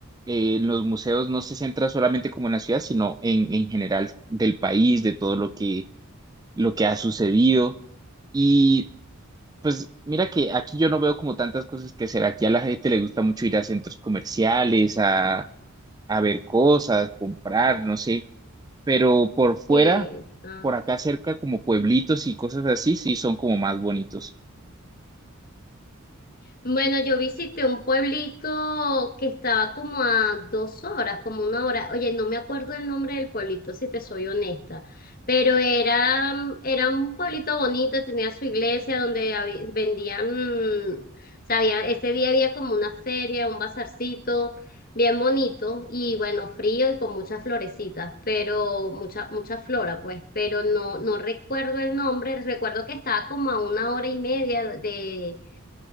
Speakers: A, on the right; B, on the left.
A: eh, los museos no se centran solamente como en la ciudad, sino en, en general del país, de todo lo que, lo que ha sucedido. Y pues mira que aquí yo no veo como tantas cosas que hacer. Aquí a la gente le gusta mucho ir a centros comerciales, a, a ver cosas, comprar, no sé. Pero por fuera,
B: Sí, ah,
A: por acá cerca, como pueblitos y cosas así, sí son como más bonitos.
B: Bueno, yo visité un pueblito que estaba como a dos horas, como una hora. Oye, no me acuerdo el nombre del pueblito, si te soy honesta, pero era, era un pueblito bonito, tenía su iglesia donde habi- vendían, mm, sabía, ese día había como una feria, un bazarcito, bien bonito y bueno, frío y con muchas florecitas, pero mucha, mucha flora, pues, pero no, no recuerdo el nombre, recuerdo que estaba como a una hora y media de